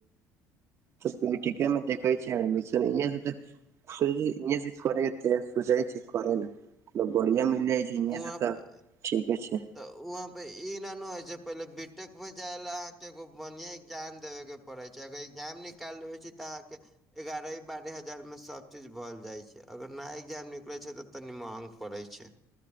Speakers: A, on the right (about 45°); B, in the centre.
A: ह त ठीके देखै छी तऽ <unintelligible> इ से कर सोचै छी करै ने लोक बढ़िया मिलै छै यहं
B: वहाँ
A: से तऽ
B: पे
A: ठीके छै
B: तऽ वहाँपे ई नहि ने होइ छै पहिले बी टेकमे जाइ लए अहाँके एगो बढ़ियाॅं एग्जाम देबैके पढै छै अगर एग्जाम निकाल ले छै तऽ अहाँके एगारहे बारहे हजारमे सब चीज भ जाइ छै अगर ना एग्जाम निकलै छै तऽ तनि महंग पड़ै छै